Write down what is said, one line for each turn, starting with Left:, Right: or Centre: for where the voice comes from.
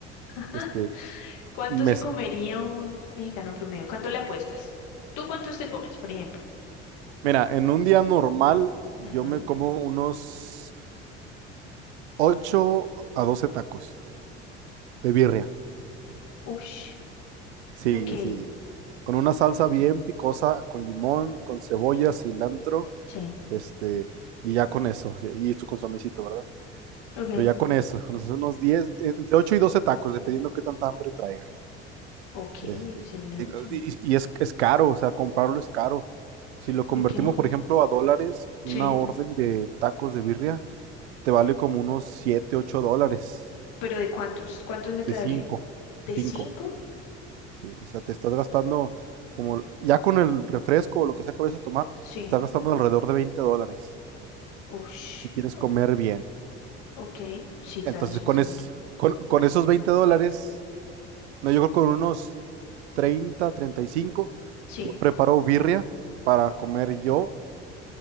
Left: <laughs>
Right: Este,
Left: ¿Cuánto
Right: Me-
Left: se comería un mexicano promedio? ¿Cuánto le apuestas? ¿Tú cuántos te comes, por ejemplo?
Right: mira, en un día normal yo
Left: Ujú.
Right: me como unos 8 a 12 tacos de birria.
Left: Ush,
Right: Sí,
Left: ok,
Right: sí. Con una salsa bien picosa, con limón, con cebolla, cilantro,
Left: sí,
Right: este, y ya con eso. sí, Y tu consomecito, ¿verdad?
Left: ok,
Right: Pero ya con eso, con esos unos 10, entre 8 y 12 tacos, dependiendo qué tanta hambre traiga.
Left: ok,
Right: Es-
Left: excelente.
Right: eh, y y- y es, es caro, o sea, comprarlo es caro. Si lo convertimos,
Left: ¿Por qué?
Right: por ejemplo, a dólares, una
Left: Sí,
Right: orden de tacos de birria te vale como unos 7 8 dólares
Left: pero ¿de cuántos? ¿Cuántos me traería?
Right: de cinco
Left: ¿De
Right: cinco
Left: cinco?
Right: sí, o sea, te estás gastando como, ya con el refresco o lo que sea que vayas a tomar, te
Left: Sí,
Right: estás gastando alrededor de 20 dólares
Left: ush,
Right: si quieres
Left: o-
Right: comer bien.
Left: ok, sí, claro,
Right: Entonces,
Left: sí
Right: con,
Left: es dinero.
Right: es- con, con esos 20 dólares, no, yo creo que con unos treinta treinta y cinco
Left: Sí,
Right: yo preparo birria para comer yo